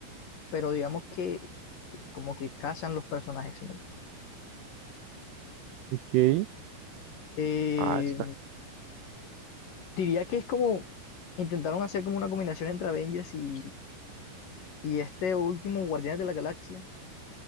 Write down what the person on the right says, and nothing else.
ok.
Ah, está.